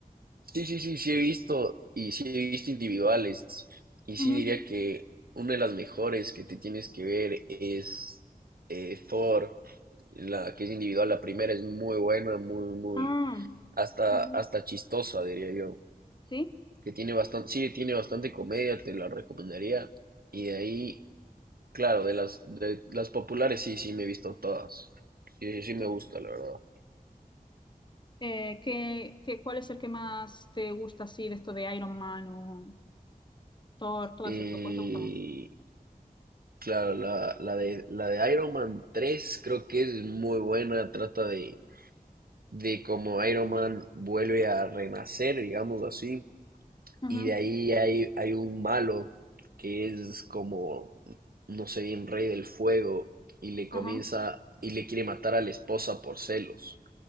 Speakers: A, on the right (about 75°); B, on the left (about 30°).
A: Sí, sí, sí, sí he visto y sí he visto individuales. Y
B: Ujú.
A: sí diría que una de las mejores que te tienes que ver es eh, Thor, la que es individual. La primera es muy buena, muy, muy,
B: Ah,
A: hasta,
B: ujú.
A: hasta chistosa, diría yo.
B: ¿Sí?
A: Que tiene bastante, sí, tiene bastante comedia, te la recomendaría. Y de ahí, claro, de las, de las populares sí, sí me he visto todas. Sí, sí, sí me
B: Sí.
A: gusta, la verdad.
B: Eh, ¿qué, qué- cuál es el que más te gusta así de esto de Iron Man o Thor, todo
A: Eh,
B: estos ¿Cuál te gusta más?
A: Claro, la, la de, la de Iron Man tres creo que es muy buena, trata de, de cómo Iron Man vuelve a renacer, digamos así,
B: Ujú,
A: y de ahí hay, hay un malo que es como, no sé bien, rey del fuego, y le comienza
B: Ajá,
A: y le quiere matar a la esposa por celos.